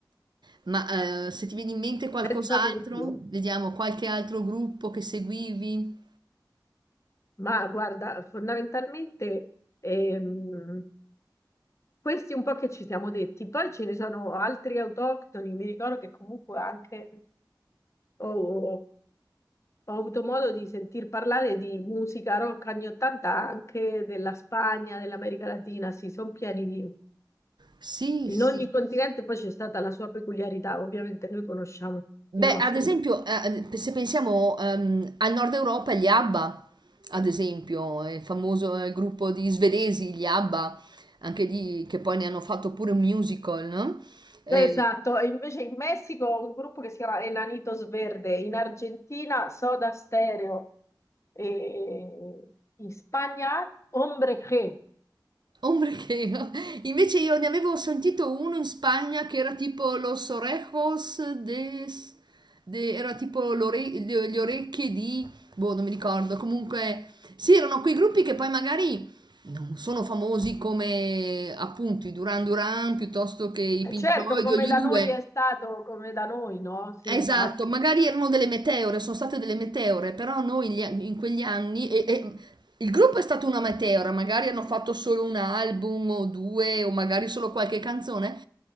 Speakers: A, on the right; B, on the left.
A: Ma eh, se ti viene in mente qualcos'altro,
B: senza dubbio.
A: vediamo qualche altro gruppo che seguivi.
B: Ma guarda, fondamentalmente ehm, questi un po' che ci siamo detti, poi ce ne sono altri autoctoni, mi ricordo che comunque anche... Oh, oh, oh, Ho avuto modo di sentir parlare di musica rock anni 80 anche della Spagna, dell'America Latina, sì, sono pieni di...
A: Sì, sì.
B: In ogni continente poi c'è stata la sua peculiarità, ovviamente noi conosciamo
A: Beh,
B: i nostri.
A: ad esempio, eh, se pensiamo ehm, al nord Europa, gli ABBA, ad esempio, il famoso eh, gruppo di svedesi, gli ABBA, anche lì che poi ne hanno fatto pure un musical, no? Eh,
B: Beh, esatto, e invece in Messico ho un gruppo che si chiama Enanitos Verde, in Argentina Soda Stereo, e in Spagna Hombre G.
A: Ombrecheo. Invece io ne avevo sentito uno in Spagna che era tipo Los Orejos de... de- era tipo l'ore- le, le orecchie di... boh, non mi ricordo. Comunque, sì, erano quei gruppi che poi magari non sono famosi come appunto i Duran Duran piuttosto che i
B: E
A: Pink
B: certo,
A: Floyd
B: come
A: o gli
B: da
A: U2.
B: noi è stato, come da noi, no? Sì,
A: Esatto,
B: infatti.
A: magari erano delle meteore, sono state delle meteore, però noi gli an- in quegli anni, e- e il gruppo è stato una meteora, magari hanno fatto solo un album o due, o magari solo qualche canzone,